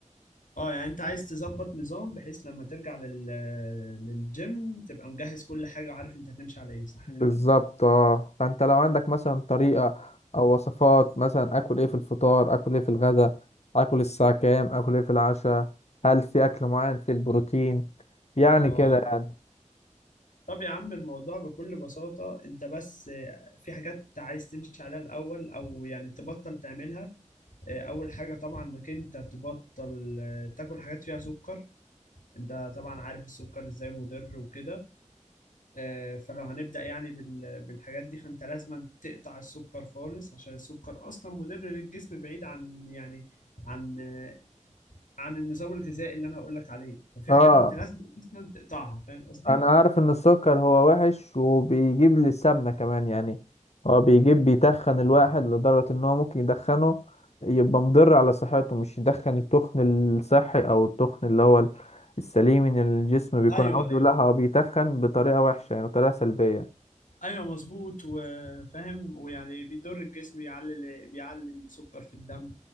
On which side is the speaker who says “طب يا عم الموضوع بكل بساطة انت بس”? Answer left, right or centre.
Left